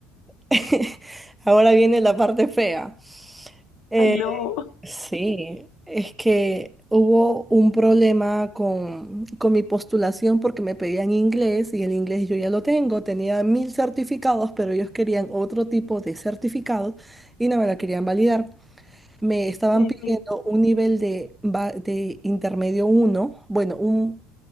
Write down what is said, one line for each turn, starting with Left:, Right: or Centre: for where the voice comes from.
Centre: <laughs> Ahora viene la parte fea. Eh,
Left: Ay, no.
Centre: Sí, es que hubo un problema con, con mi postulación porque me pedían inglés y el inglés yo ya lo tengo, tenía mil certificados, pero ellos querían otro tipo de certificados y no me la querían validar. Me estaban
Left: Sí,
Centre: pidiendo un nivel de, ba- de intermedio uno, bueno, un,